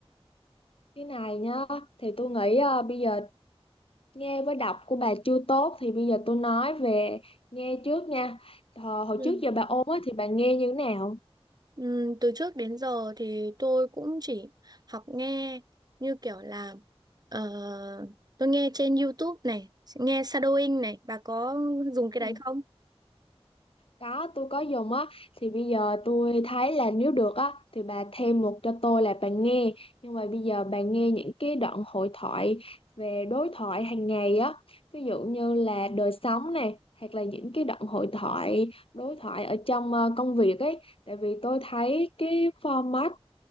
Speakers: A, on the left; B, on the right.
A: Cái này nhá, thì tôi nghĩ à, bây giờ nghe với đọc của bà chưa tốt thì bây giờ tôi nói về nghe trước nha. Hồi, hồi
B: Ừ.
A: trước giờ bà ôn á, thì bà nghe như thế nào?
B: Ừ, từ trước đến giờ thì tôi cũng chỉ học nghe như kiểu là ờ, tôi nghe trên YouTube này, nghe shadowing này, bà có dùng cái
A: Ừ.
B: đấy không?
A: Có, tôi có dùng á, thì bây giờ tôi thấy là nếu được á, thì bà thêm một cho tôi là bà nghe. Nhưng mà bây giờ bà nghe những cái đoạn hội thoại về đối thoại hàng ngày á, ví dụ như là đời sống này, hoặc là những cái đoạn hội thoại, đối thoại ở trong ờ, công việc ấy. Tại vì tôi thấy cái format